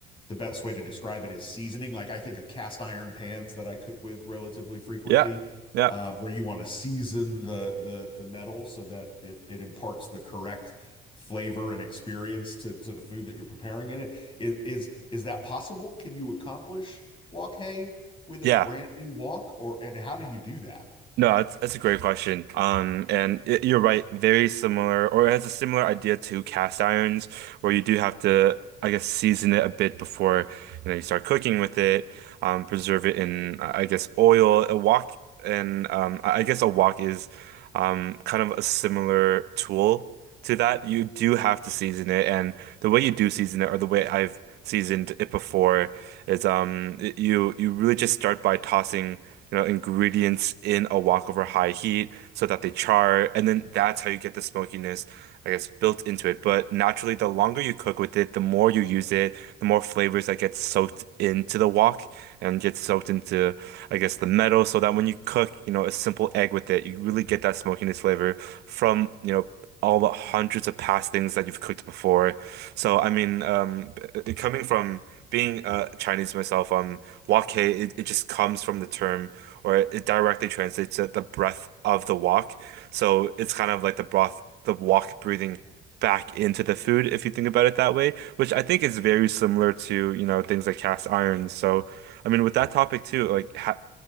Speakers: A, on the left; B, on the right.
A: the best way to describe it is seasoning. Like I think of cast iron pans that I cook with relatively frequently,
B: Yeah. Yeah.
A: uh, where you want to season the the the metal so that it it imparts the correct flavor and experience to to the food that you're preparing in it. Is is is that possible? Can you accomplish walk hay with
B: Yeah.
A: a brand new walk, or and how do you do that?
B: No, that's, that's a great question. Um, and it, you're right, very similar, or it has a similar idea to cast irons, where you do have to, I guess, season it a bit before, you know, you start cooking with it, um, preserve it in, I I guess, oil. A wok and um, I I guess a wok is um, kind of a similar tool to that. You do have to season it, and the way you do season it, or the way I've seasoned it before, is um, it- you you really just start by tossing. You know, ingredients in a wok over high heat so that they char, and then that's how you get the smokiness. I guess, built into it. But naturally, the longer you cook with it, the more you use it, the more flavors that get soaked into the wok and get soaked into, I guess, the metal. So that when you cook, you know, a simple egg with it, you really get that smokiness flavor from, you know, all the hundreds of past things that you've cooked before. So, I mean, um, b- coming from being uh, Chinese myself, um, wok hei, it, it just comes from the term, or it, it directly translates to the breath of the wok. So it's kind of like the broth the walk breathing back into the food, if you think about it that way, which I think is very similar to, you know, things like cast irons. So, I mean, with that topic too, like ha